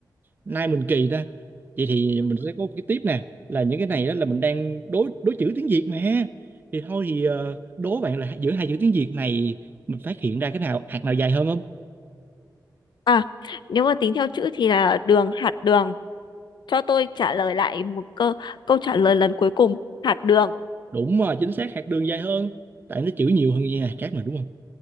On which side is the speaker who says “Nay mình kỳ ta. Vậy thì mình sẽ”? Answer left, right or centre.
Right